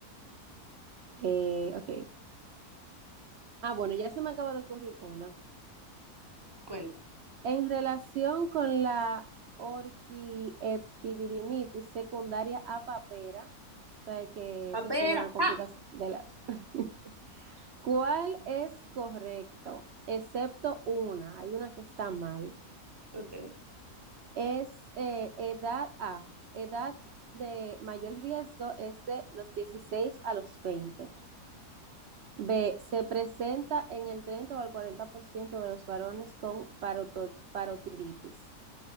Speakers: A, on the right; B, on the right.
A: eh, ok. Ah, bueno, ya se me acaba de ocurrir uno.
B: cuenta.
A: En relación con la orquiepididimitis secundaria a papera, o sea que
B: Papera,
A: eso es una complicación
B: ¡ja!
A: de la... <laughs> ¿Cuál es correcto? Excepto una, hay una que está mal.
B: Ok.
A: Es eh, edad A, edad de mayor riesgo es de los 16 a los 20. B, se presenta en el 30 o el 40% de los varones con paroto- parotiditis.